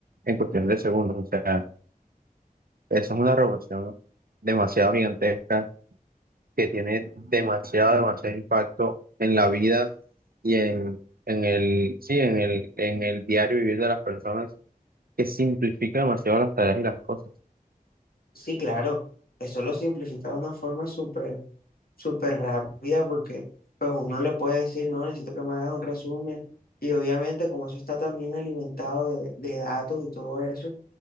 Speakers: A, on the right (about 80°); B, on the left (about 80°).
A: en cuestión de segundos. O sea, esa es una revolución demasiado gigantesca que tiene demasiado, demasiado impacto en la vida y en, en el, sí, en el, en el diario vivir de las personas, que simplifica demasiado las tareas y las cosas.
B: Sí, claro, eso lo simplifica de una forma súper, súper rápida porque pues uno le puede decir, no, necesito que me hagas un resumen y obviamente como eso está también alimentado de, de datos y todo eso